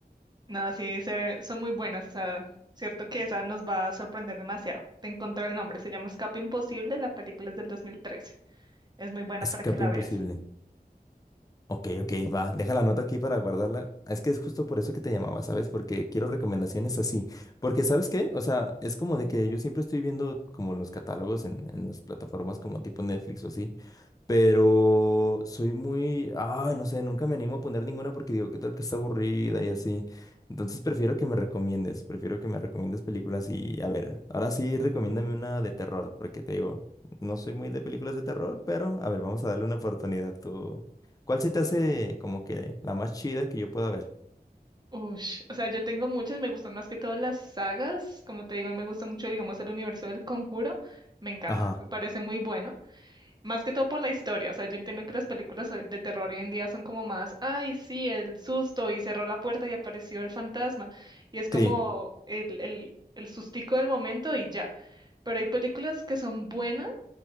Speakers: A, on the right; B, on the left.
A: No, sí, se ve- son muy buenas, o sea, cierto que esa nos va a sorprender demasiado. Te encontré el nombre, se llama Escape Imposible, la película es del dos mil trece, Es muy buena
B: Escape
A: para que la
B: imposible.
A: veas.
B: Ok, ok, va. Deja la nota aquí para guardarla. Es que es justo por eso que te llamaba, ¿sabes? Porque quiero recomendaciones así. Porque, ¿sabes qué? O sea, es como de que yo siempre estoy viendo como los catálogos en, en las plataformas como tipo Netflix o así. Pero soy muy, ay, no sé, nunca me animo a poner ninguna porque digo, ¿qué tal que está aburrida y así? Entonces prefiero que me recomiendes, prefiero que me recomiendes películas y, a ver, ahora sí, recomiéndame una de terror, porque te digo, no soy muy de películas de terror, pero, a ver, vamos a darle una oportunidad. Tú, ¿cuál se te hace como que la más chida que yo pueda ver?
A: Ush, o sea, yo tengo muchas, me gustan más que todas las sagas, como te digo, me gusta mucho, digamos, el universo del Conjuro, me encanta,
B: Ajá.
A: me parece muy bueno. Más que todo por la historia, o sea, yo entiendo que las películas hoy- de terror hoy en día son como más, ay, sí, el susto y cerró la puerta y apareció el fantasma y es como
B: Sí.
A: el, el, el sustico del momento y ya. Pero hay películas que son buenas